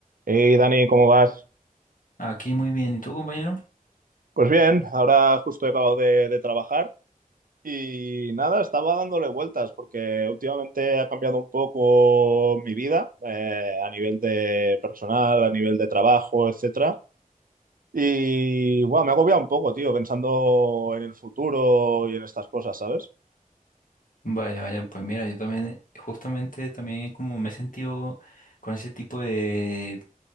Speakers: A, on the right; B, on the left.
A: Hey Dani, ¿cómo vas?
B: Aquí muy bien. ¿Y tú, compañero?
A: Pues bien, ahora justo he acabado de, de trabajar y nada, estaba dándole vueltas porque últimamente ha cambiado un poco mi vida eh, a nivel de personal, a nivel de trabajo, etcétera. Y bueno, me ha agobiado un poco, tío, pensando en el futuro y en estas cosas, ¿sabes?
B: Vaya, vaya, pues mira, yo también, eh, justamente también como me he sentido con ese tipo de,